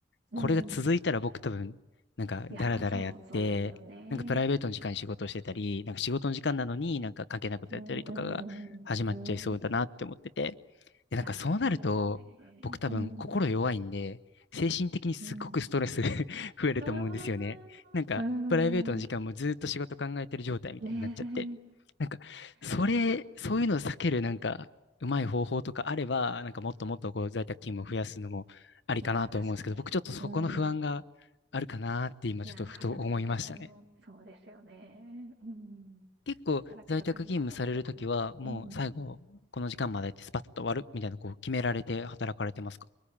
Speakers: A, on the right; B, on the left.
A: うん。
B: これが続いたら僕多分、なんかダラダラやって、
A: いや、そう、そうですよね。
B: なんかプライベートの時間に仕事をしてたり、なんか仕事の時間なのになんか関係ないことやったりとかが始まっちゃいそうだなって思ってて。
A: うんうんうん。うん。
B: で、なんかそうなると、
A: いや、そうですよね。
B: 僕多分心弱いんで、
A: うん。
B: 精神的にすっごくストレス
A: うん。
B: <laughs> 増えると思うんですよね。
A: うーん。
B: なんかプライベートの時間もずっと仕事考えてる状態みたいになっちゃって。
A: うーん。ね
B: なんか、それ、
A: え。いや、
B: そういうのを避けるなんか、うまい方法とかあれば、なんかもっともっとこう在宅勤務を増やすのもありかなと思うんですけど、
A: いや、確かに。
B: 僕ちょっとそこの不安があるかなって今ちょっとふと思いましたね。
A: うん。いや、働き盛りのそうですよね。うん。
B: 結構在宅勤務されるときは、
A: 働き盛りの方はそうかも。
B: もう最後、
A: うん。
B: この時間までってスパッと終わるみたいな、こう決められて働かれてますか